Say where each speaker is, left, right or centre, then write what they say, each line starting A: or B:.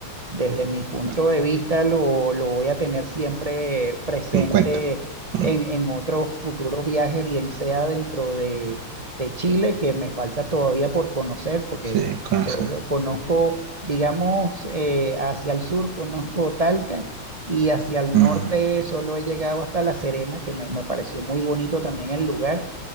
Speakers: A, on the right; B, on the right.
A: Desde mi punto
B: los
A: de vista, lo, lo voy a tener siempre presente
B: 50. Mm,
A: en, en otros futuros viajes, bien sea dentro de, de Chile, que me falta todavía por conocer, porque
B: Sí, conoce.
A: yo conozco, digamos, eh, hacia el sur conozco Talca y hacia el
B: Mm,
A: norte solo he llegado hasta La Serena, que me, me pareció muy bonito también el lugar.